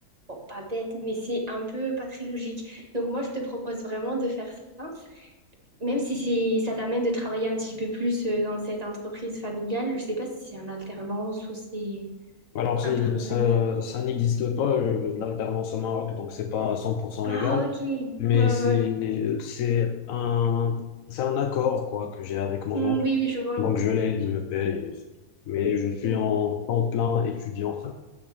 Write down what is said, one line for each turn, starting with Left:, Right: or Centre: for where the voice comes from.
Right: bon, pas bête, mais c'est un peu pas très logique. Donc, moi, je te propose vraiment de faire ça. Même si c'est, ça t'amène de travailler un petit peu plus euh, dans cette entreprise familiale, je sais pas si c'est un alternance ou c'est
Left: Alors, c'est-
Right: un travail.
Left: ça, ça n'existe pas, euh, l'alternance au Maroc, donc c'est pas cent pour cent
Right: Ah,
Left: légal,
Right: ok. Ouais,
Left: mais
Right: ouais,
Left: c'est,
Right: ouais.
Left: c'est un, c'est un accord, quoi, que j'ai avec mon
Right: Hmm,
Left: oncle.
Right: oui, oui, je vois.
Left: Donc, je l'aide, il me paye, et c'est tout. mais je suis
Right: Ouais,
Left: en temps plein étudiant.